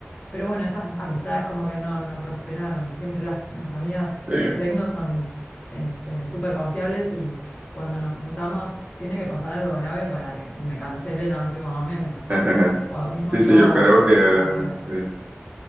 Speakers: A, on the left; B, on the right.
A: Pero bueno, esas amistades como que no, no prosperaron. Siempre las, las amigas
B: Sí.
A: que yo tengo son este, súper confiables y cuando nos juntamos tiene que pasar algo grave para que me cancelen a último momento.
B: <laughs>
A: O mismo
B: Sí,
A: yo
B: sí, yo creo que,
A: cancelar.
B: sí,